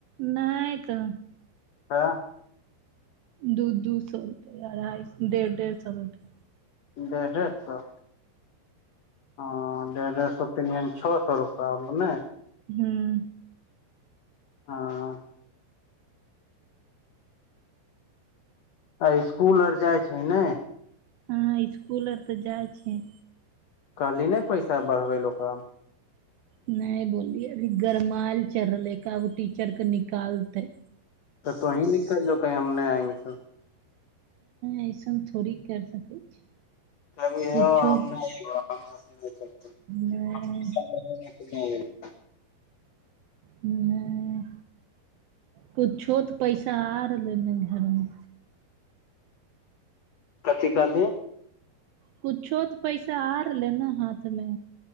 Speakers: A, on the right (about 75°); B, on the left (about 80°).
A: नै तऽ।
B: तऽ।
A: दू दू सौ रुपआ अढ़ाइ सौ डेढ़ डेढ़ सौ रुपया।
B: डेढ़ डेढ़ सौ। हं डेढ़ डेढ़ सौ तीन यानि छओ सौ रूपा होलो नै।
A: हुं।
B: हँ। आ इसकुल आर जाइ छै ने।
A: हँ इसकुल आर तऽ जाइ छै।
B: कहली नै पैसा बढ़बै ले ओकरा।
A: नहि बोललि अभी गरमायल चढ़ रहले एका गो टीचर के निकालतै।
B: तऽ तहीं निकलो कही हम नहि आयंगे सर।
A: ऐसन थोड़ी कर सकै छी।
B: भ
A: कुछो
B: नहि नहि करत
A: नहि
B: <unintelligible>
A: हुं, नहि कुछो तऽ पैसा आ रहलै ने घरमे।
B: कथि कहलियै।
A: कुछो तऽ पैसा आ रहले ने हाथमे।